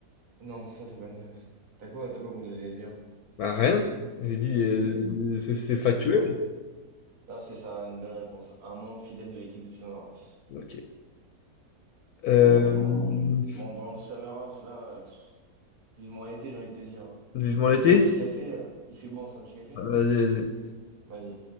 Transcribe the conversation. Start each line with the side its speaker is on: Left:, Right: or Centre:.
Right: Non, ça, c'est pas une... T'as quoi, t'as quoi contre les lesbiens?
Left: Bah rien. J'ai dit, euh,
Right: Ok.
Left: c'est c'est factuel.
Right: Non, c'est vrai. Là, c'est ça, une bonne réponse. Un membre fidèle de l'équipe de Summer House.
Left: Ok. Euh,
Right: Bon, En partant... Bon, en parlant de Summer House, là... euh, pff, Vivement l'été, j'ai envie de te dire. hein.
Left: vivement l'été?
Right: On se fait un petit café. euh, Il fait beau, on se fait un petit café?
Left: Ah, Vas-y, vas-y.
Right: Vas-y.